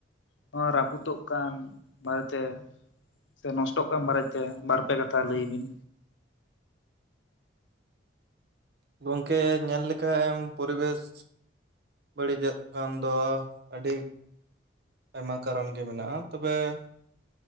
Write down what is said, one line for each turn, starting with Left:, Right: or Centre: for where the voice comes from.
Left: ᱱᱚᱣᱟ ᱨᱟᱹᱯᱩᱫᱚᱜ ᱠᱟᱱ ᱵᱟᱨᱮᱛᱮ ᱥᱮ ᱱᱚᱥᱴᱚᱜ ᱠᱟᱱ ᱵᱟᱨᱮᱛᱮ ᱵᱟᱨ ᱯᱮ ᱠᱟᱛᱷᱟ ᱞᱟᱹᱭ ᱵᱤᱱ?
Right: ᱜᱚᱝᱠᱮ ᱧᱮᱞ ᱞᱮᱠᱷᱟᱱ ᱮᱢ ᱯᱚᱨᱤᱵᱮᱥ ᱵᱟᱹᱲᱤᱡᱚᱜ ᱠᱟᱱ ᱫᱚ ᱟᱹᱰᱤ ᱟᱭᱢᱟ ᱠᱟᱨᱚᱱ ᱜᱮ ᱢᱮᱱᱟᱜᱼᱟ ᱛᱚᱵᱮ ᱾